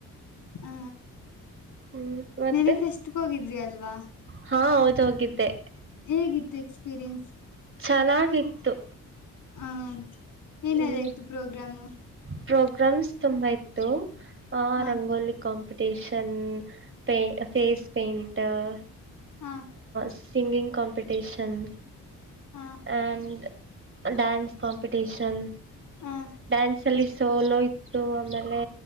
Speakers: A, on the left; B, on the right.
A: ಹ
B: ಹ್ಮ್ ಮತ್ತೆ
A: ನೆನ್ನೆ ಪಸ್ಟ್ಕ್ ಹೋಗಿದ್ರಿ ಅಲ್ವಾ.
B: ಹಾ ಹೌದು ಹೋಗಿದ್ದೆ.
A: ಹೇಗಿತ್ತು ಎಕ್ಸ್ಪೀರಿಯೆನ್ಸ್
B: ಚೆನ್ನಾಗಿತ್ತು
A: ಹ ಏನದಾಯ್ತು
B: ಹ್ಮ್
A: ಪ್ರೋಗ್ರಾಮ್.
B: ಪ್ರೋಗ್ರಾಮ್ಸ್ ತುಂಬಾ ಇತ್ತು ಆ
A: ಹಾ
B: ರಂಗೋಲಿ ಕಾಂಪಿಟ ಟೇಷನ್ ಪ ಫೇಸ್ ಪೇಂಟರ್
A: ಹಾ
B: ಸಿಂಗಿಂಗ್ ಕಾಂಪಿಟೇಷನ್
A: ಹಾ
B: ಅಂಡ್ ಡ್ಯಾನ್ಸ್ ಕಾಂಪಿಟೇಶನ್
A: ಹಾ
B: ಡ್ಯಾನ್ಸಲ್ಲಿ ಸೋಲೋ ಇತ್ತು ಆಮೇಲೆ